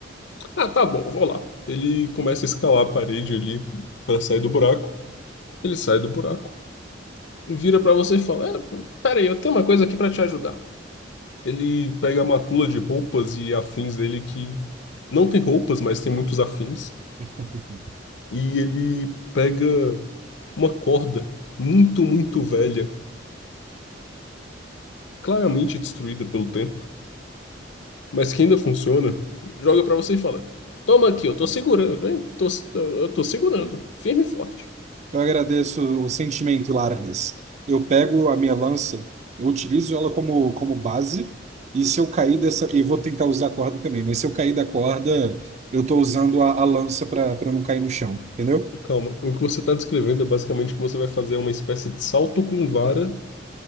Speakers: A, on the left; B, on the right.
A: Ah, tá bom, vou lá. Ele começa a escalar a parede ali para sair do buraco. Ele sai do buraco e vira para você e fala: É, peraí, eu tenho uma coisa aqui para te ajudar. Ele pega a matula de roupas e afins dele que não tem roupas, mas tem muitos afins.
B: <laughs>
A: E ele pega uma corda muito, muito velha, claramente destruída pelo tempo, mas que ainda funciona, joga pra você e fala: Toma aqui, eu tô segurando, hein? Tô, tô- eu tô segurando, firme e forte.
B: Eu agradeço o sentimento, Largas. Eu pego a minha lança, eu utilizo ela como, como base, e se eu cair dessa. E vou tentar usar a corda também, mas se eu cair da corda, eu estou usando a, a lança para para não cair no chão, entendeu?
A: Calma, o que você está descrevendo é basicamente que você vai fazer uma espécie de salto com vara,